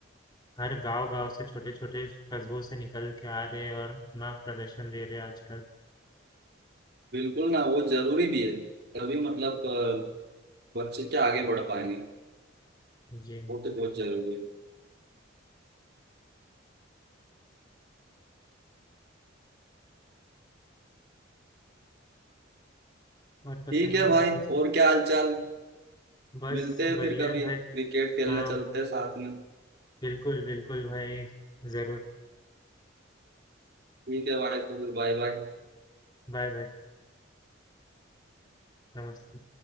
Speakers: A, on the left (about 20°); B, on the right (about 50°).
A: हर गांव गांव से छोटे छोटे कस्बों से निकल के आ रहे हैं और अपना प्रदर्शन दे रहे हैं आजकल
B: बिल्कुल ना वो जरूरी भी है तभी मतलब अ, बच्चे क्या आगे बढ़ पाएंगे
A: जी
B: वो तो बहुत जरूरी है
A: और बताइए
B: ठीक है भाई
A: बाकी
B: और क्या हाल चाल
A: बस
B: मिलते हैं
A: बढ़िया
B: फिर कभी
A: है भाई
B: क्रिकेट खेलने
A: हाँ
B: चलते हैं साथ में
A: बिल्कुल बिल्कुल भाई जरूर
B: ठीक है भाई तो फिर बाय बाय
A: Bye bye नमस्ते